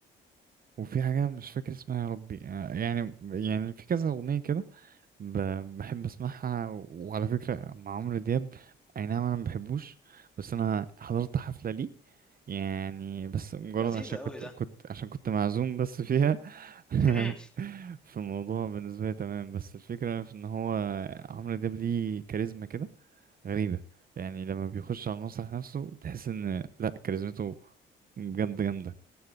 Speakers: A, on the right; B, in the centre.
A: وفي حاجة مش فاكر اسمها يا ربي آه يعني يعني في كذا أغنية كده ب- بحب اسمعها وعلى فكرة مع عمرو دياب اي نعم انا ما بحبوش بس انا حضرت حفلة ليه يعني بس مجرد
B: لذيذة
A: عشان كنت
B: أوي ده
A: كنت عشان كنت معزوم بس فيها <laughs>
B: <laughs>
A: في الموضوع بالنسبة لي تمام بس الفكرة في ان هو عمرو دياب ليه كاريزما كده غريبة يعني لما بيخش على المسرح نفسه تحس ان لا كاريزمته بجد جامدة